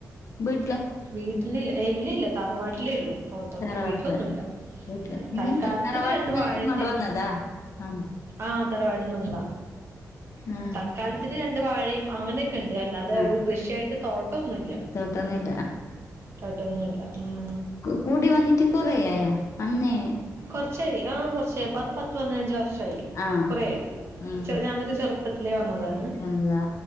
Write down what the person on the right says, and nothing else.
വീട്ടിലില്ല ഇല്ലില്ല തറുവാട്ടിലേ ഉള്ളൂ തോട്ടൊക്കെ
വീട്ടിലൊന്നുംല്ല
തൽക്കാലത്തിന്
കണ്ടു വാഴേ
തെങ്ങും
ആഹ് തലവാട്ന്ന് കൊട്ന്നാ
തൽക്കാലത്തില് രണ്ട് വാഴയും അങ്ങനെയൊ ക്കെണ്ട് അല്ലാതെ
ഒരു കൃഷിയായിട്ട് തോട്ടം ഒന്നുല്ല
തോട്ടൊന്നുമല്ല ഉം
കുറച്ചായി ആ കുറച്ചായി അ അത് പത്ത് പന്നഞ്ച് വർഷമായി
കൊറയായി
ഞാനൊക്കെ ചെറു പ്പത്തിലെ വന്നതാണ്